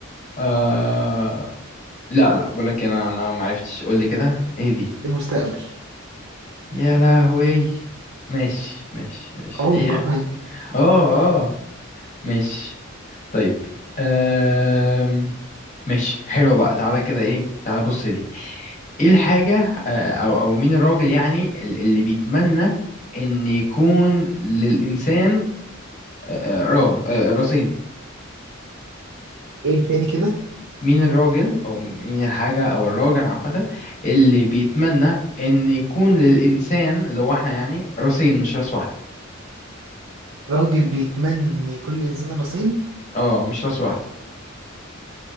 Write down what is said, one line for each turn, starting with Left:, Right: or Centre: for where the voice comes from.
Left: آه... لا لا بقولك انا انا معرفتش قول لي كده ايه دي
Right: المستقبل
Left: يا لهوي ماشي ماشي ماشي
Right: عمق
Left: ايه اه اه ماشي طيب أم... ماشي حلوة بقى تعالى كده ايه تعالى بص دي ايه الحاجة آه، او او مين الراجل يعني ال- اللي بيتمنى ان يكون للإنسان آه، آه، را آه، راسين
Right: <laughs> ايه تاني كده
Left: مين الراجل او مين الحاجة او الراجل عامة اللي بيتمنى ان يكون للإنسان اللي هو احنا يعني راسين مش راس واحدة
Right: راجل بيتمني كل انسان راسين
Left: اه مش راس واحدة